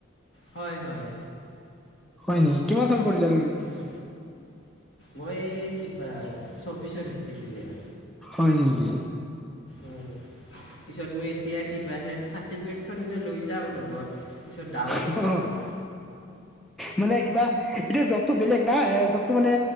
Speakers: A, on the left; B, in the centre.
A: হয় হয়
B: হয় নেকি কিমান কিমান কৰিলা তুমি?
A: উম, মই এই কিবাৰ চৌবিশত হৈছে ক্লিয়াৰ।।
B: হয় নেকি
A: উ পিছত মই এতিয়া কিবাহে চাৰ্টিফিকেটখন এনে লৈ- যাওঁ লগত পিছত দাও থাকে
B: অ',
A: লগত
B: মানে কিবা এতিয়া জ্ববটো বেলেগ না এ জ্ববটো মানে